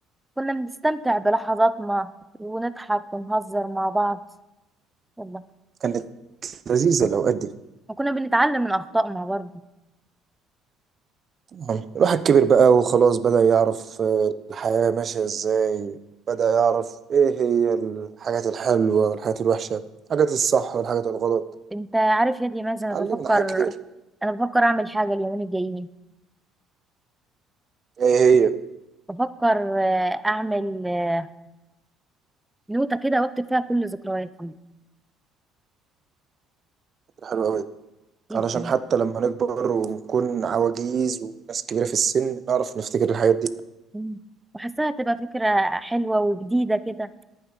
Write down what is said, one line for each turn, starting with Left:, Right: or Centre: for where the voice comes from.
Centre: كنا بنستمتع بلحظاتنا ونضحك ونهزر مع بعض والله
Right: كانت لذيذة الأوقات دي
Centre: وكنا بنتعلم من أخطائنا برضه
Right: نعم. الواحد كبر بقى وخلاص بدأ يعرف آه، الحياة ماشية ازاي بدأ يعرف ايه هي الحاجات الحلوة والحاجات الوحشة الحاجات الصح والحاجات الغلط
Centre: انت عارف يا دي مازن انا
Right: علمنا
Centre: بفكر
Right: حاجات كتير
Centre: انا بفكر اعمل حاجة اليومين الجايين
Right: ايه هي
Centre: بفكر آه، اعمل آه، نوتة كده واكتب فيها كل ذكرياتي
Right: الحلوة أوي
Centre: جدا
Right: علشان حتى لما نكبر ونكون عواجيز وناس كبيرة في السن نعرف نفتكر الحاجات دي
Centre: مم. وحاساها تبقى فكرة حلوة وجديدة كده